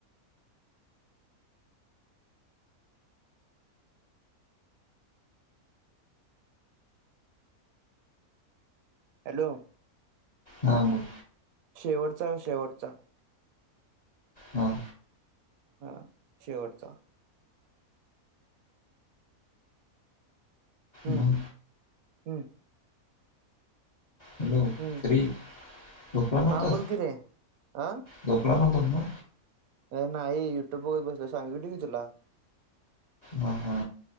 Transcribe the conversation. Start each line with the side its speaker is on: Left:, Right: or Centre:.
Right: हॅलो.
Left: हा बोल.
Right: शेवटचा शेवटचा.
Left: हां.
Right: हा शेवटचा. हम्म
Left: मग
Right: हम्.
Left: हॅलो
Right: हम्म,
Left: श्री झोपला नव्हतास
Right: हां बोल की रे आ?
Left: झोपला न्हवतास ना?
Right: अ नाही युट्यूब बघत बसलोय सांगितलं हुतं की तुला.
Left: हा हा.